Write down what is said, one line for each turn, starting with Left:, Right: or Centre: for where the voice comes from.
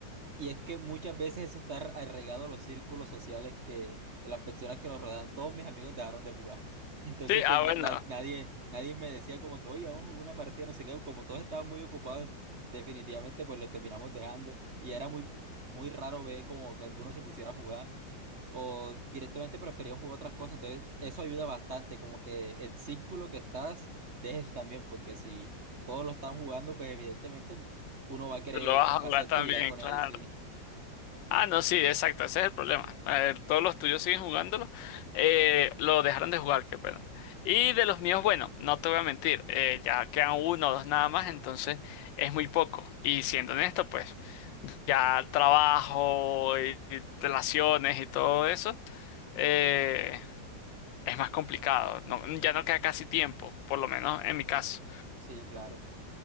Right: Y es que muchas veces eso está arraigado a los círculos sociales que, de las personas que nos rodean. Todos mis amigos dejaron de jugar. <laughs> Entonces,
Left: Sí,
Right: pues
Left: ah
Right: na-
Left: bueno,
Right: na- nadie, nadie me decía como que, oye, vamos a jugar una partida, no sé qué. Como todos estaban muy ocupados, definitivamente, pues los terminamos dejando. Y era muy, muy raro ver como que alguno se pusiera a jugar. O directamente preferían jugar otras cosas. Entonces, eso ayuda bastante. Como que el círculo que estás, deja eso también. Porque si todos lo están jugando, pues evidentemente uno va a querer
Left: tú lo vas
Right: hacer
Left: a jugar también,
Right: actividad con
Left: claro.
Right: ellos, sí.
Left: Ah, no, sí, exacto, ese es el problema. A ver, todos los tuyos siguen jugándolo. Eh, lo dejaron de jugar, qué pena. Y de los míos, bueno, no te voy a mentir, eh, ya quedan uno o dos nada más, entonces es muy poco. Y siendo honesto, pues ya trabajo y y relaciones y todo eso, eh, es más complicado. No- ya no queda casi tiempo, por lo menos en mi caso.
Right: Sí, claro.